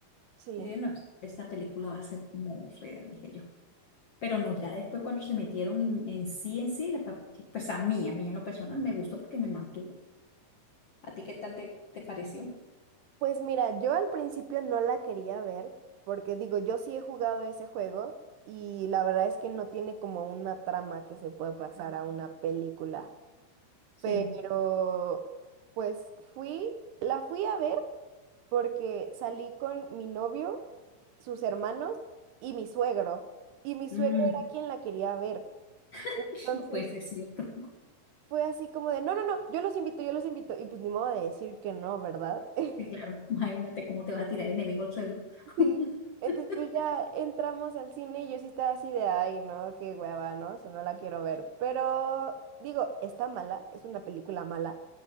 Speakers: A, on the right; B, on the left.
A: Sí.
B: yo dije, no, esta película va a ser como fea, dije yo. Pero no, ya después cuando se metieron en, en sí, en sí, la parte- pues a mí, a mí en lo personal me gustó porque me mantuvo. ¿A ti qué tal te, te pareció?
A: Pues mira, yo al principio no la quería ver, porque digo, yo sí he jugado ese juego y la verdad es que no tiene como una trama que se pueda pasar a una película.
B: Sí.
A: Pero pues fui, la fui a ver porque salí con mi novio, sus hermanos y mi suegro. Y mi suegro
B: Mm,
A: era quien la quería ver.
B: <laughs>
A: Entonces
B: no puede ser cierto.
A: fue así como de, no, no, no, yo los invito, yo los invito. Y pues ni modo de decir que no, ¿verdad? <laughs>
B: Sí, claro. Imagínate cómo te va a tirar de enemigo el suegro.
A: Sí.
B: <laughs>
A: Entonces, pues ya entramos al cine y yo sí estaba así de, ay, no, qué hueva, ¿no? O sea, no la quiero ver. Pero, digo, está mala, es una película mala,